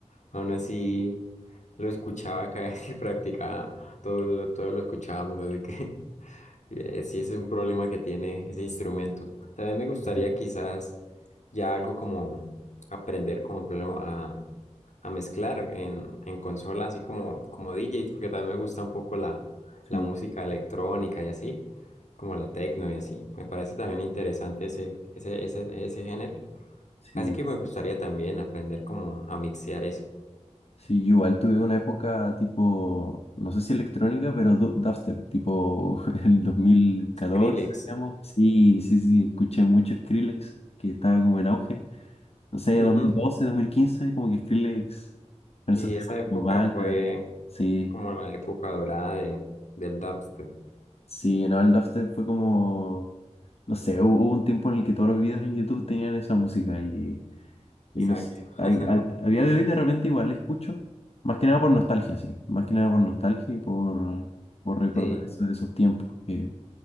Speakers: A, on the left; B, on the left.
A: Aún así, lo escuchaba cada vez que <laughs> practicaba, todo lo, todo lo escuchábamos, así que <laughs> eh, sí es un problema que tiene ese instrumento. También me gustaría
B: Bien.
A: quizás ya algo como aprender como por ejemplo, a, a mezclar en, en consola, así como, como DJ, porque también me gusta un poco la, la
B: Sí,
A: música electrónica y así, como la techno y así. Me parece también interesante ese, ese, ese, ese género.
B: sí.
A: Así que me gustaría también aprender como a mixear eso.
B: Sí, yo igual tuve una época tipo, no sé si electrónica, pero du- dubstep, tipo <laughs> el dos mil catorce
A: Skrillex.
B: digamos. Sí, sí, sí, escuché mucho Skrillex, que estaba como en auge. No sé,
A: Ujú.
B: dos dos mil doce dos mil quince como que Skrillex, con
A: Y
B: esos temas
A: esa época
B: como Bang,
A: fue
B: sí,
A: como la época dorada de, del dubstep.
B: Sí, no, el dubstep fue como, no sé, hu- hubo un tiempo en el que todos los videos en YouTube tenían esa música y, y
A: Exacto.
B: no sé, hay-
A: <laughs>
B: a, a día de hoy de repente igual la escucho, más que nada por nostalgia, sí, más que nada por nostalgia y por, por recordar
A: Sí.
B: eso, esos tiempos que,